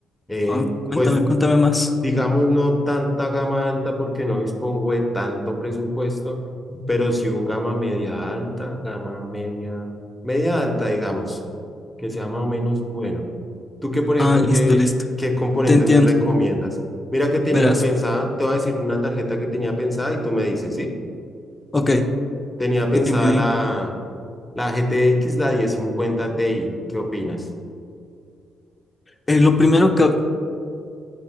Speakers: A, in the centre; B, on the left.
A: eh,
B: Ah, cuéntame,
A: pues
B: cuéntame más.
A: digamos, no tanta gama alta porque no dispongo de tanto presupuesto, pero sí un gama media alta, gama media, media alta, digamos, que sea más o menos bueno. Tú qué por ejemplo,
B: Ah,
A: qué,
B: listo, listo.
A: qué componentes
B: Te entiendo.
A: me recomiendas? Mira que tenía
B: Verás.
A: pensada, te voy a decir una tarjeta que tenía pensada y tú me dices, ¿sí?
B: Ok,
A: Tenía pensada
B: dime, dime.
A: la, la GTX, la diez cincuenta Ti, ¿qué opinas?
B: Eh, lo primero que,